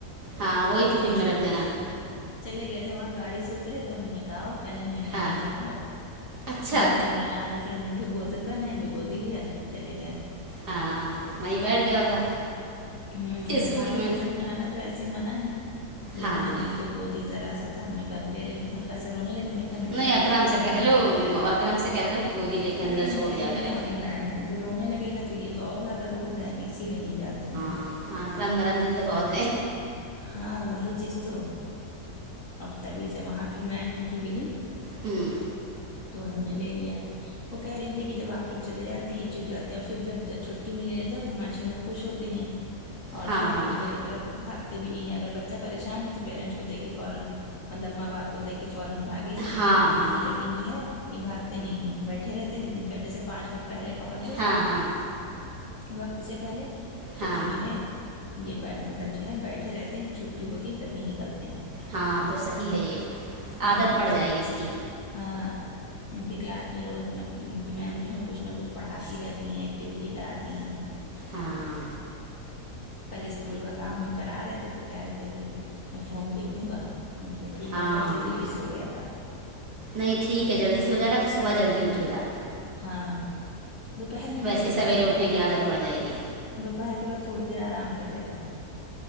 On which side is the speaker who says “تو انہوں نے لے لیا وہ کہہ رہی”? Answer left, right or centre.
Left